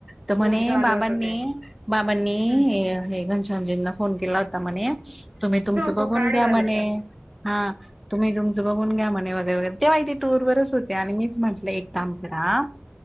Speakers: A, in the centre; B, on the right (about 35°).
A: तर म्हणे
B: खूप झालं
A: बाबांनी
B: होतं ते
A: बाबांनी
B: हम्म.
A: हे हे घनश्यामजींना फोन केला होता म्हणे तुम्ही तुमचं बघून
B: खूप राडे
A: घ्या
B: झाले
A: म्हणे
B: होते.
A: हा तुम्ही तुमचं च बघून घ्या म्हणे वगैरे वगैरे तेव्हा ही ते टूर वरच होते आणि मीच म्हटले. ल एक
B: हम्म
A: काम करा